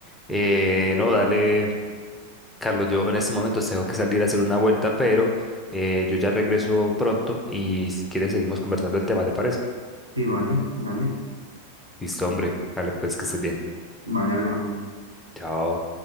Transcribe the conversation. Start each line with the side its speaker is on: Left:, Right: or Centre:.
Centre: Eh, no, dale, Carlos, yo en este momento tengo que salir a hacer una vuelta, pero eh, yo ya regreso pronto y si quieres seguimos conversando el tema, ¿te parece?
Right: Sí, vale, dale,
Centre: Listo, hombre. Dale, pues que estés bien.
Right: vale, hablamos.
Centre: Chao.